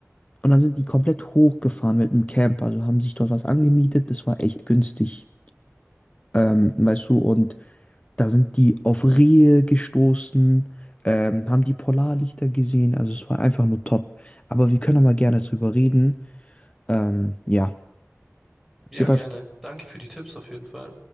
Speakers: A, on the left; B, in the centre.
A: Und dann sind die komplett hochgefahren mit einem Camper, also haben sich dort was angemietet, das war echt günstig. Ähm, weißt du, und Da sind die auf Rehe gestoßen, ähm, haben die Polarlichter gesehen. Also es war einfach nur top. Aber wir können auch mal gerne drüber reden. Ähm, ja,
B: Ja,
A: gib
B: gerne.
A: einfach
B: Danke für die Tipps auf jeden Fall.